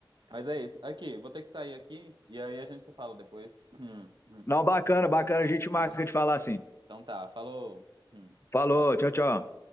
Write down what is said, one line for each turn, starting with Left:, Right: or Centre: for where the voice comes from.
Right: mas é isso. Aqui, vou ter que sair aqui e aí a gente se fala depois. Hum, hum.
Left: Não, bacana, bacana. A gente
Right: Combinado?
Left: marca de falar assim.
Right: Então tá, falou. Hum.
Left: Falou,
Right: Tchau.
Left: tchau, tchau.